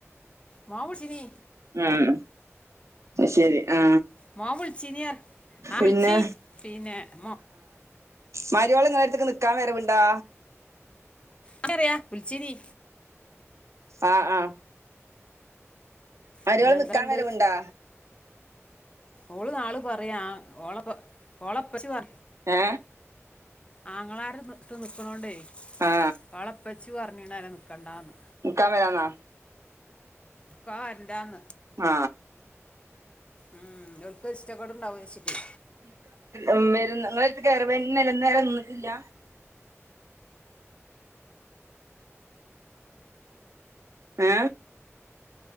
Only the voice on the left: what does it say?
മോ വിളിച്ചിന്
മോൻ വിളിചീനിയർ <unintelligible> ആ
വിള്ച്ചി പിന്നെ മൊ
അവ്ടറിയാ വിളിച്ചീനി
പിന്നെ
എന്താണ്ട്
ഓള് നാള് പറയാ ഓളപ്പ ഓളപ്പച്ചി പറ
ആങ്ങളാര് ന്നട്ട് നിക്കണോണ്ടേ
ഓളപ്പച്ചു പറ ഞ്ഞീണാലെ നിക്കണ്ടാന്ന്
ഇക്കൊ വെരണ്ടാന്ന്
ഉം ഓൽക്കൊര് ഇഷ്ടക്കേടോണ്ടാവു വച്ചിട്ട്